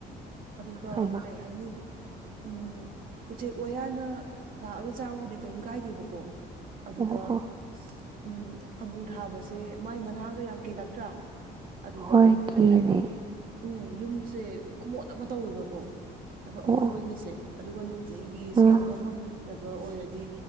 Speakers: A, on the right (about 55°); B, on the right (about 25°).
A: ꯑꯗꯨꯒ
B: ꯍꯩꯃꯥ
A: ꯀꯩ ꯍꯥꯏꯅꯤ ꯎꯝ ꯎꯆꯦꯛ ꯋꯥꯌꯥꯅ ꯂꯥꯛꯑꯒ ꯆꯥꯕꯕꯨꯗꯤ ꯀꯔꯤꯝ ꯀꯥꯏꯗꯦꯕꯀꯣ ꯑꯗꯨꯗ
B: ꯑꯣ ꯑꯣ
A: ꯎꯝ ꯑꯪꯒꯨꯔ ꯊꯥꯕꯁꯦ ꯃꯥꯏ ꯃꯅꯥꯒ ꯌꯥꯝ ꯀꯦꯜꯂꯛꯇ꯭ꯔꯥ ꯑꯗꯨꯗ
B: ꯍꯣꯏ ꯀꯦꯅꯦ
A: ꯀꯩ ꯍꯥꯏꯅꯤ ꯎꯝ ꯌꯨꯝꯁꯦ ꯈꯨꯃꯣꯠ ꯑꯃ ꯇꯧꯋꯦꯕꯀꯣ ꯑꯩꯈꯣꯏ ꯑꯀꯣꯏꯕꯒꯤꯁꯦ
B: ꯑꯣ ꯑꯣ
A: ꯑꯗꯨꯒ ꯅꯨꯡꯇꯤꯒꯤ ꯁꯦꯡꯕ
B: ꯑꯥ
A: ꯉꯝꯗꯕ ꯐꯖꯕ ꯑꯣꯏꯔꯗꯤ